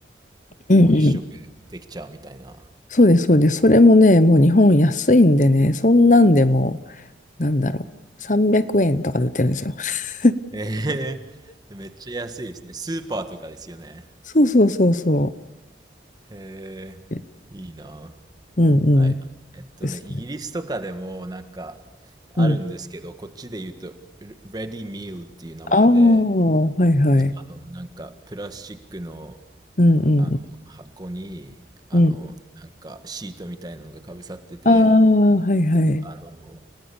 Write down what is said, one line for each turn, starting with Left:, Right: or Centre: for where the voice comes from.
Left: うんうん。
Right: もう一食できちゃうみたいな。
Left: そうです、そうです。それもね、もう日本安いんでね、そんなんでも、なんだろう、300円とかで売ってるんですよ。<laughs>
Right: えー、めっちゃ安いですね。スーパーとかですよね。
Left: そうそうそうそ
Right: へえ、
Left: う。
Right: いいな。
Left: うんうん。
Right: はい。えっとね、
Left: ですね。
Right: イギリスとかでもなんかあるんですけど、
Left: うん。
Right: こっちで言うと、レレディミールっていう名前で、
Left: ああ、はいはい。
Right: あの、なんかプラスチックの、
Left: うんうん。
Right: あの箱に、あの、
Left: うん。
Right: なんかシートみたいなのがかぶさってて、
Left: ああ、はいはい。
Right: あの、